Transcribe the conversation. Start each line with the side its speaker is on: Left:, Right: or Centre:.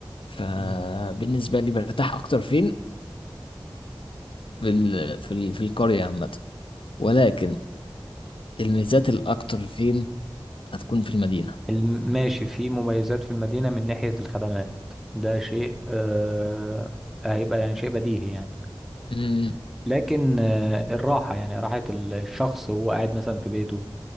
Left: فبالنسبة
Centre: م.
Left: لي برتاح أكتر فين في ال... في ال... في القرية عامة ولكن الميزات الأكتر فين هتكون في المدينة
Centre: الم- ماشي في مميزات في المدينة من ناحية الخدمات ده شيء أه هيبقى يعني شيء بديهي يعني
Left: أمم،
Centre: لكن آه، الراحة يعني راحة الشخص وهو قاعد مثلا في بيته